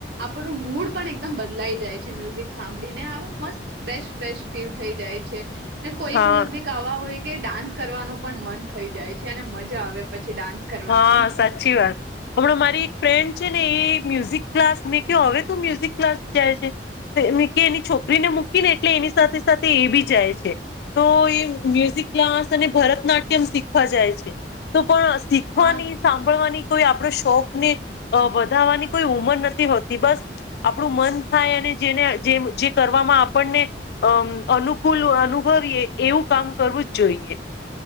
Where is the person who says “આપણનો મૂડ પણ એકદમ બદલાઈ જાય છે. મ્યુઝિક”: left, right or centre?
Right